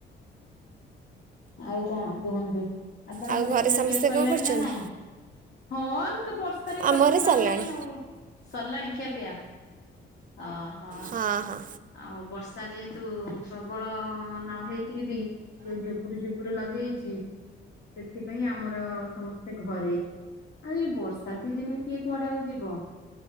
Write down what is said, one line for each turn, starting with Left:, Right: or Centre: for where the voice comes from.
Left: ଆଉ କଣ କୁହନ୍ତୁ? ଆପଣଙ୍କର
Right: ଆଉ ଘରେ
Left: ଖିଆ
Right: ସମସ୍ତେ
Left: ପିଆ ସଇଲାଣି
Right: କଣ କରୁଛନ୍ତି?
Left: ନା ନାଇଁ? ହଁ ଏମିତି ବର୍ଷାରେ
Right: ଆମ
Left: କୁଆଡ଼େ
Right: ଘରେ
Left: ଯିବାର
Right: ସରିଲାଣି।
Left: ନାହିଁ ଆଉ ସରିଲାଣି ଖିଆ ପିଆ? ଓହୋ
Right: ହଁ ହଁ
Left: ଆଉ ବର୍ଷ ବର୍ଷା ଯେହେତୁ ପ୍ରବଳ ନ ହେଇକିରି ବି ଯୋଉ ଝୁପୁରୁ ଝୁପୁୁର ଲଗେଇଛି ସେଥିପାଇଁ ଆମର ସମସ୍ତେ ଘରେ। ଆଉ ଏଇ ବର୍ଷା ସିଜନ୍ ରେ କିଏ କୁଆଡ଼େ ଆଉ ଯିବ।